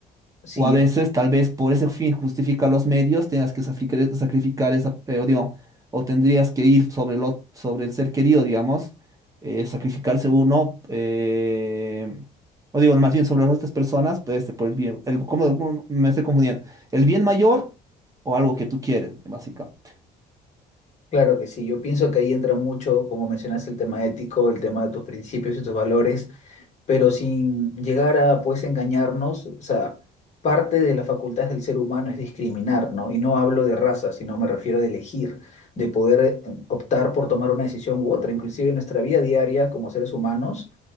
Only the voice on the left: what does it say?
sí,
es-
claro que sí. Yo pienso que ahí entra mucho, como mencionaste, el tema ético, el tema de tus principios y tus valores. pero sin llegar a pues engañarnos, o sea, parte de las facultades del ser humano es discriminar, ¿no? Y no hablo de raza, sino me refiero de elegir, de poder eh, optar por tomar una decisión u otra, inclusive en nuestra vida diaria como seres humanos.